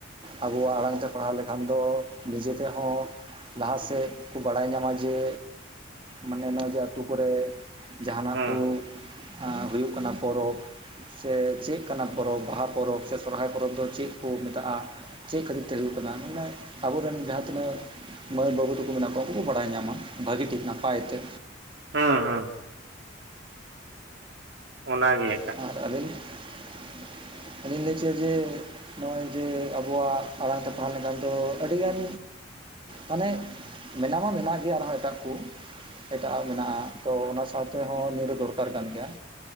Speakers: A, on the right (about 25°); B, on the right (about 55°).
A: ᱟᱵᱚᱣᱟᱜ ᱟᱲᱟᱝ ᱛᱮ ᱯᱟᱲᱦᱟᱣ ᱞᱮᱠᱷᱟᱱ ᱫᱚ ᱱᱤᱡᱮ ᱛᱮᱦᱚᱸ ᱞᱟᱦᱟ ᱥᱮᱫ ᱠᱚ ᱵᱟᱲᱟᱭ ᱧᱟᱢᱟ ᱡᱮ ᱢᱟᱱᱮ ᱱᱚᱜ-ᱚᱭ ᱡᱮ ᱟᱹᱛᱩ ᱠᱚᱨᱮ ᱡᱟᱦᱟᱱᱟᱜ
B: ᱦᱮᱸ
A: ᱠᱩ ᱟᱸ ᱦᱩᱭᱩᱜ ᱠᱟᱱᱟ ᱯᱚᱨᱚᱵᱽ ᱥᱮ ᱪᱮᱫ ᱡᱟᱱᱟ ᱯᱚᱨᱚᱵᱽ ᱵᱟᱦᱟ ᱯᱚᱨᱚᱵᱽ ᱥᱮ ᱥᱚᱨᱦᱟᱭ ᱯᱚᱨᱚᱵᱽ ᱫᱚ ᱪᱮᱫ ᱠᱚ ᱢᱮᱛᱟᱜᱼᱟ? ᱪᱮᱫ ᱠᱷᱟᱹᱛᱤᱨ ᱛᱮ ᱦᱩᱭᱩᱜ ᱠᱟᱱᱟ ᱢᱟᱱᱮ ᱟᱵᱚ ᱨᱮᱱ ᱡᱟᱦᱟᱸ ᱛᱤᱱᱟᱹᱜ ᱢᱟᱹᱭ ᱵᱟᱹᱵᱩ ᱛᱟᱠᱚ ᱢᱮᱱᱟᱜ ᱠᱚᱣᱟ ᱩᱱᱠᱩ ᱠᱚ ᱵᱟᱲᱟᱭ ᱧᱟᱢᱟ ᱵᱷᱟᱹᱜᱤ ᱴᱷᱤᱠ ᱱᱟᱯᱟᱭ ᱛᱮ᱾
B: ᱦᱮᱸ ᱦᱮᱸ ᱚᱱᱟ ᱜᱮ
A: <unintelligible>
B: <inaudible>
A: <unintelligible> ᱱᱚᱜᱼᱚᱭ ᱡᱮ ᱟᱵᱚᱣᱟᱜ ᱟᱲᱟᱝ ᱛᱮ ᱯᱟᱲᱦᱟᱣ ᱞᱮᱱᱠᱷᱟᱱ ᱫᱚ ᱟᱹᱰᱤ ᱜᱟᱱ ᱢᱟᱱᱮ ᱢᱮᱱᱟ ᱢᱟ ᱢᱮᱱᱟᱜ ᱜᱮ ᱟᱨᱦᱚᱸ ᱮᱴᱟᱜ ᱠᱩ ᱮᱴᱟᱜ ᱟᱜ ᱢᱮᱱᱟᱜ-ᱟ ᱛᱚ ᱚᱱᱟ ᱥᱟᱶ ᱛᱮᱦᱚᱸ ᱱᱤᱭᱟᱹ ᱫᱚ ᱫᱚᱨᱠᱟᱨ ᱠᱟᱱ ᱜᱮᱭᱟ᱾